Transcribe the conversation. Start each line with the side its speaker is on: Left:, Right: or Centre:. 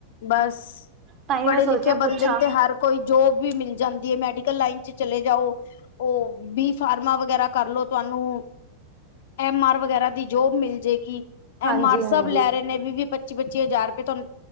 Left: ਬਸ,
Right: ਤਾਂ ਹੀ
Left: ਪੜ੍ਹੇ-ਲਿਖੇ
Right: ਮੈਂ ਸੋਚਿਆ
Left: ਬੰਦੇ
Right: ਪੁੱਛਾਂ
Left: ਨੇ ਤੇ ਹਰ ਕੋਈ ਜੋਬ ਵੀ ਮਿਲ ਜਾਂਦੀ ਐ ਮੈਡੀਕਲ ਲਾਈਨ ਚ ਚਲੇ ਜਾਓ। ਓ ਬੀ ਫਾਰਮਾਂ ਵਗੈਰਾ ਕਰਲੋ ਤੁਆਨੂੰ ਐਮ ਆਰ ਵਗੈਰਾ ਦੀ ਜੋਬ ਮਿਲ ਜਾਏਗੀ,
Right: ਹਾਂਜੀ
Left: ਐਮ ਆਰ
Right: ਹਾਂਜੀ
Left: ਸਭ ਲੈ ਰਹੇ ਨੇ ਵੀ-ਵੀ, ਪੱਚੀ ਪੱਚੀ-ਪੱਚੀ ਹਜ਼ਾਰ ਰੁਪਏ ਤੁਆਨੂੰ,